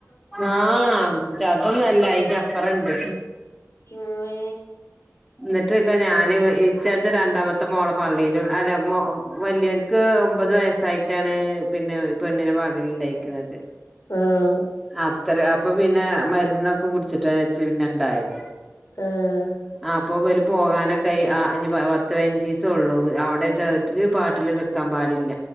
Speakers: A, in the centre; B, on the left.
A: ആഹ് ജതൊന്നല്ല ഇയിൻ്റപ്പുറണ്ട്
B: ഇമ്മേ
A: എന്നിട്ട് ഇപ്പ ഞാന് ഇച്ചാച്ച രണ്ടാമത്തെ മോളും പള്ളിയിലും അല്ല വലിയവർക്ക് ഒമ്പത് വയസ്സായിട്ടാണ് പിന്നെ പെണ്ണിനെ <unintelligible> ഇണ്ടായി ക്കിനത്
B: ആഹ്
A: അത്ര അപ്പൊ പിന്നെ മരുന്നൊക്കെ കുടിച്ചിട്ടാ കൊച്ച് പിന്നെ ഇണ്ടായത്
B: ആഹ്
A: ആ അപ്പ ഇവല് പോകാനൊക്കെ ആയി പത്ത് പയ്നഞ്ചിസേ ഉള്ളു അവിടെ ചെ ഒരു പാട്ടിലും നി ക്കാൻ പാടില്ല